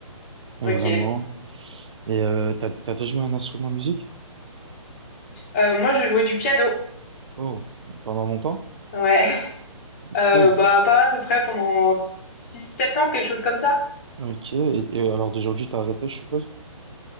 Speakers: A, on the right (about 55°); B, on the left (about 25°).
A: vraiment.
B: Ok.
A: Et euh, t'as, t'as déjà joué un instrument de musique?
B: Euh, moi, je jouais du piano.
A: Oh, pendant longtemps?
B: Ouais. <laughs> Euh,
A: Cool.
B: bah pas à peu près pendant 6-7 ans, quelque chose comme ça.
A: Ok, et, et alors d'aujourd'hui, t'as arrêté, je suppose?